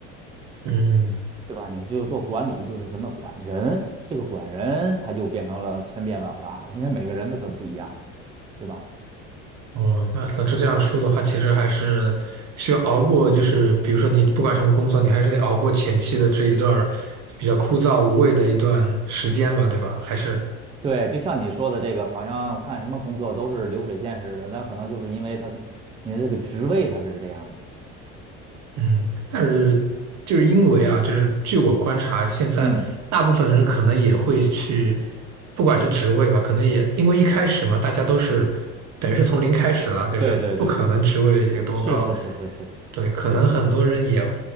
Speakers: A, on the right; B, on the right.
A: 嗯，
B: 对吧？你就做管理，就是怎么管人，这个管人他就变成了千变万化了，因为每个人都都不一样，对吧？
A: 哦，那那这样说的话，其实还是需要熬过，就是比如说你不管什么工作，你还是得熬过前期的这一段儿比较枯燥无味的一段时间吧，对吧？还是，
B: 对，就像你说的这个，好像干什么工作都是流水线似的，那可能就是因为他你的这个职位他是这样子。
A: 嗯，但是就是因为啊，就是据我观察，现在大部分人可能也会去，
B: 嗯，
A: 不管是职位吧，可能也因为一开始嘛，大家都是等于是从零开始了，就是不可能职位有多高，
B: 对对对对，是是是是是，
A: 对，可能很多人也
B: 对，